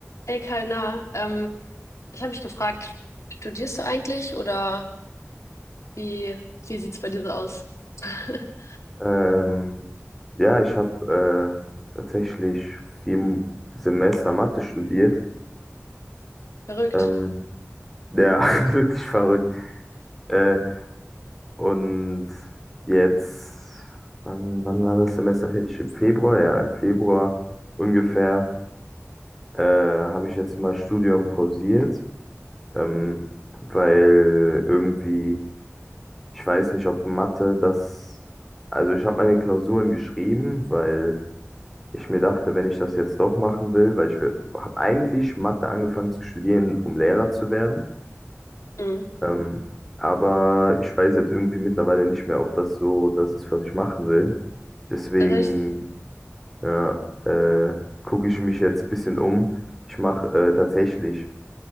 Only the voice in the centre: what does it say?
Ähm, ja, ich habe äh, tatsächlich vier Semester Mathe studiert.
Ähm, ja, <laughs> wirklich verrückt. Äh, und jetzt, wann, wann war das Semester fertig? Im Februar? Ja, im Februar ungefähr äh, habe ich jetzt mal Studium pausiert, ähm, weil irgendwie, ich weiß nicht, ob Mathe das, also ich habe meine Klausuren geschrieben, weil ich mir dachte, wenn ich das jetzt doch machen will, weil ich habe eigentlich Mathe angefangen zu studieren, um Lehrer zu werden.
Ähm, aber ich weiß jetzt irgendwie mittlerweile nicht mehr, ob das so das ist, was ich machen will. Deswegen
ja, äh, gucke ich mich jetzt ein bisschen um. Ich mache äh, tatsächlich